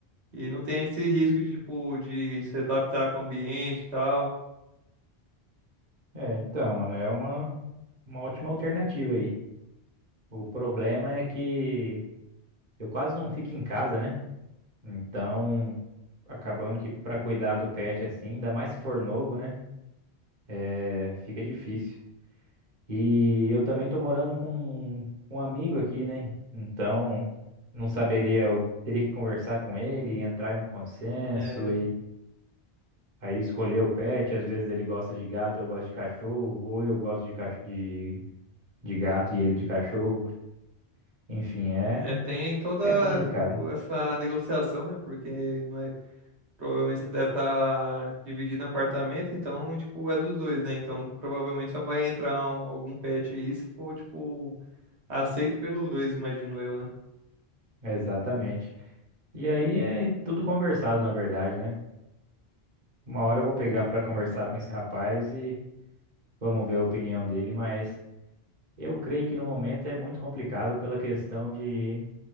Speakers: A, on the right (about 85°); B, on the right (about 45°).
A: E não tem esse risco de, tipo, de se adaptar com o ambiente e tal,
B: É, então, mano, é uma, uma ótima alternativa aí. O problema é que eu quase não fico em casa, né? Então, acabando que pra cuidar do pet assim, ainda mais se for novo, né? É, fica difícil. E eu também tô morando com com um amigo aqui, né? Então, não saberia, eu teria que conversar com ele, entrar em um consenso
A: né?
B: Aí escolher o pet, às vezes ele gosta de gato, eu gosto de cachorro, ou eu gosto de, cach... de... de gato e ele de cachorro. Enfim, é
A: É, tem toda,
B: é complicado.
A: tipo, essa negociação, né? Porque não é, provavelmente você deve estar dividindo apartamento, então, tipo, é dos dois, né? Então, provavelmente só vai entrar um- algum pet aí se for, tipo, aceito pelos dois, imagino eu, né?
B: Exatamente. E aí é tudo conversado, na verdade, né? Uma hora eu vou pegar para conversar com esse rapaz e vamos ver a opinião dele, mas eu creio que no momento é muito complicado pela questão de